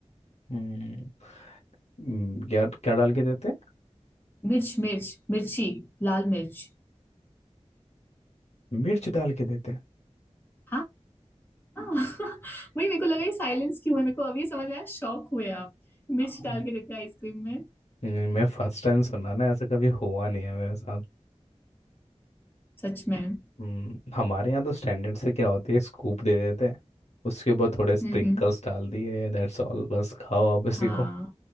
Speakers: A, on the left; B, on the left.
A: हम्म हम्म, क्या क्या डाल के देते हैं
B: मिर्च मिर्च मिर्ची लाल मिर्च
A: मिर्च डाल के देते हैं
B: हाँ? हाँ <laughs> वही मेरे को लगा ये साइलेंस क्यों है मेरे को अभी समझ में आया शॉक हुए आप मिर्च
A: हाँ।
B: डाल के देते हैं आइसक्रीम में
A: हम्म, मैं फर्स्ट टाइम सुना ना ऐसा कभी हुआ नहीं है मेरे साथ
B: सच में हम्म
A: हम्म, हमारे यहाँ तो स्टैंडर्ड से क्या होती है स्कूप दे देते हैं उसके ऊपर थोड़े स्प्रिंकल्स
B: हम्म
A: डाल दिए दैट्स ऑल बस खाओ आप इसी
B: हाँ
A: को